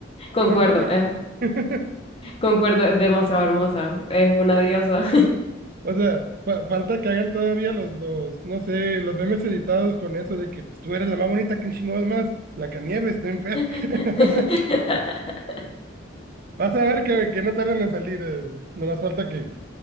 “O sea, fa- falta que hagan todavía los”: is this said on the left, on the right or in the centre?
Right